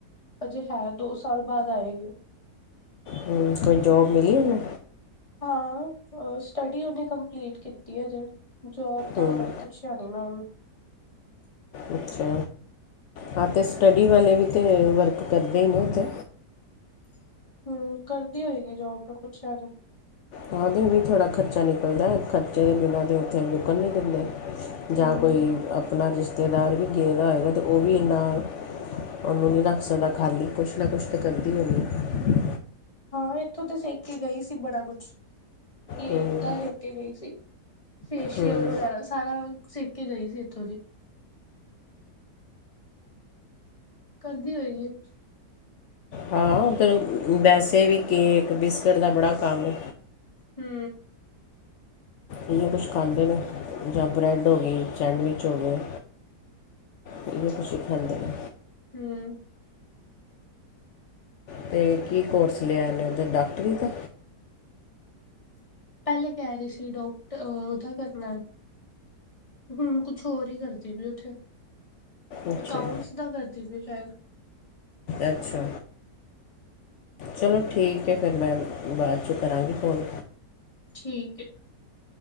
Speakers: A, on the left; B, on the left.
A: ਅਜੇ ਹੈ ਦੋ ਸਾਲ ਬਾਅਦ ਆਏਗੀ ਉਹ
B: ਹੂੰ ਕੋਈ ਜੋਬ ਮਿਲੀ ਨਾ
A: ਹਾਂ ਸਟੱਡੀ ਉਹਨੇ ਕੰਪਲੀਟ ਕੀਤੀ ਹੈ ਜੇ ਜੋਬ ਦਾ
B: ਹਮ,
A: ਪੁੱਛਿਆ ਨੀ ਮੈਮ
B: ਅੱਛਾ ਹਾਂ ਅਤੇ ਸਟੱਡੀ ਵਾਲੇ ਵੀ ਤਾਂ ਵਰਕ ਕਰਦੇ ਹੀ ਨੇ ਉੱਥੇ
A: ਹਮ ਕਰਦੀ ਹੋਏਗੀ ਜੋਬ ਕੁੱਛ ਸ
B: ਉਹਾਂਦੇ ਵੀ ਥੋੜ੍ਹਾ ਖਰਚਾ ਨਿਕਲਦਾ ਖਰਚੇ ਦੇ ਬਿਨਾਂ ਤਾਂ ਉੱਥੇ ਰੁਕਣ ਨਹੀਂ ਦਿੰਦੇ
A: ਹੂੰ
B: ਜਾਂ ਕੋਈ ਆਪਣਾ ਰਿਸ਼ਤੇਦਾਰ ਵੀ ਗੇ ਦਾ ਹੋਏਗਾ ਤਾਂ ਉਹ ਵੀ ਇੰਨਾ ਉਹਨੂੰ ਨਹੀਂ ਰੱਖ ਸਕਦਾ ਖਾਲੀ ਕੁਛ ਨਾ ਕੁਛ ਤਾਂ ਕਰਦੀ ਹੋਨੀ ਐ
A: ਹਾਂ ਇੱਥੋਂ ਤਾਂ ਸਿੱਖ ਕੇ ਗਈ ਸੀ ਬੜਾ ਕੁਛ ਕੇਕ
B: ਹੂੰ
A: ਤਾਂ ਸਿੱਖ ਕੇ ਗਈ ਸੀ ਫੇਸ਼ੀਅਲ
B: ਹੂੰ
A: ਵਗੈਰਾ ਸਾਰਾ ਸਿੱਖ ਗਈ ਸੀ ਇੱਥੋਂ ਦੀ ਕਰਦੀ ਹੋਈ ਏ
B: ਹਾਂ ਉੱਧਰ ਵੈਸੇ ਵੀ ਕੇਕ ਬਿਸਕਿਟ ਦਾ ਬੜਾ ਕੰਮ ਏ
A: ਹੂੰ
B: ਇਹੋ ਕੁਛ ਖਾਂਦੇ ਨੇ ਜਾਂ ਬਰੈੱਡ ਹੋ ਗਈ ਸੈਂਡਵਿਚ ਹੋ ਗਏ ਕੁਛ ਖਾਂਦੇ ਨੇ
A: ਹੂੰ
B: ਅਤੇ ਕੀ ਕੋਰਸ ਲਿਆ ਨੇ ਉੱਧਰ ਡਾਕਟਰੀ ਦਾ
A: ਪਹਿਲੇ ਕਹਿ ਰਹੀ ਸੀ ਡਾਕਟਰ ਅ ਉਹਦਾ ਕਰਨਾ ਹੁਣ ਕੁਛ ਹੋਰ ਹੀ ਕਰਦੀ ਪਈ ਉੱਥੇ
B: ਅੱਛਾ
A: ਅਕਾਊਂਟਸ ਦਾ ਕਰਦੀ ਪਈ ਸ਼ਾਇਦ
B: ਅੱਛਾ ਚਲੋ ਠੀਕ ਹੈ ਫਿਰ ਮੈਂ ਬਾਅਦ ਚੋਂ ਕਰਾਂਗੀ ਫੋਨ
A: ਠੀਕ ਏ